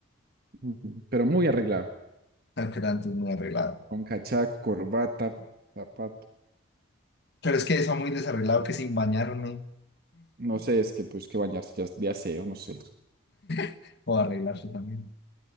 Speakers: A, on the right; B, on the left.
A: Ujú. Pero muy arreglado.
B: Claro que tanto es muy arreglado.
A: Con cachaco, corbata, zapato.
B: Pero es que eso muy desarreglado que sin bañarme
A: No sé, es que pues que bañarse ya es de aseo, no sé.
B: <laughs> o arreglarse también.